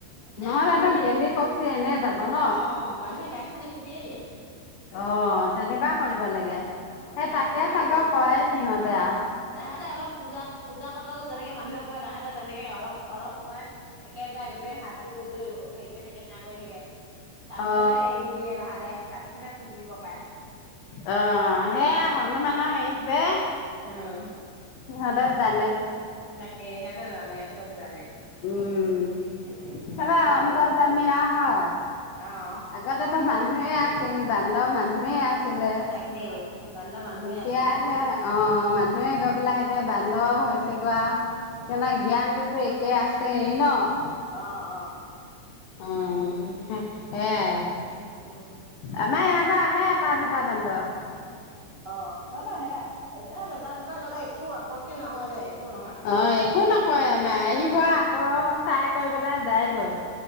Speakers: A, on the right; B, on the left.
A: না
B: নহলে
A: মানুহ
B: তো
A: বিলাকে
B: গেলি পচি এনে যাব ন?
A: অ অ মানুহে গাঁত খানি পুতিয়ে দিয়ে
B: অ তেনেকুৱা কৰিব লাগে,
A: অ'
B: সেই
A: নাই
B: তাকে
A: পুতি
B: চাগে
A: দিয়ে
B: কয় সিহঁতে আৰু।
A: তাহাঁতে অলপ পূজা পূজা পাতল যেনেকে মানুহে কয় তাহাঁতে তেনেকে অলপ অলপ সময়, একেবাৰে গোটেই হাতযোৰ কৰি <inaudible> কৰিব হেৰি কৰি থাকে, সেৱা কৰি থাকে। তাৰপিছতহে,
B: অ
A: এৰি দিয়ে তাহাঁতে। তাৰপিছতহে পুতি দিব পাৰে।
B: অ সেইয়া,
A: উম
B: হনুমানৰ হেৰি যে।
A: উম
B: সিহঁতে জা
A: তাকে, সেইটো জানে। চব জানে।
B: উম।
A: উম
B: <unintelligible> সেইহে
A: তাহাঁতৰ
B: অন্তৰ্যামীয়
A: লীল
B: হয়।
A: অ'
B: আগতে তো মান মানুহে আছিল বান্দৰ, মানুহে আছিল। ছিলে।
A: তাকেই বান্দৰ মানুহে
B: এতিয়াহে,
A: আছিলে
B: অ মানুহে গৈ পেলাই এতিয়া বান্দৰ হৈছে। <unintelligible> কেলা
A: অ'
B: জ্ঞানটোতো একে আছে। তে ন <unintelligible>
A: অ, অ
B: অ
A: সেইটোৱে
B: সেয়াই,
A: উম
B: আমাৰ ইয়াৰপৰা হে, পাৰটা বান্দৰ
A: অ হব সেইয়া, এতিয়া এটা, দুটা গলে একো আপত্তি নহয় দে একো নহয়
B: অ একো নকৰে, মাৰিব আকৌ, চাই কৰি পেলাই যায়গৈ